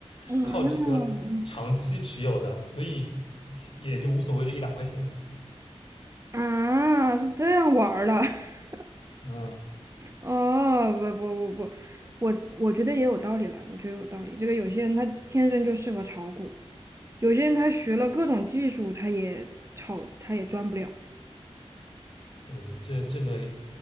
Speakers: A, on the right; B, on the left.
A: 嗯
B: 靠这个长期持有的，所以也就无所谓这一两块钱了。
A: 啊，是这样玩儿的。<laughs>
B: 嗯
A: 哦，不不不不，我我觉得也有道理啦，我觉得有道理。这个有些人他天生就适合炒股，有些人他学了各种技术，他也炒他也赚不了。
B: 嗯，这这个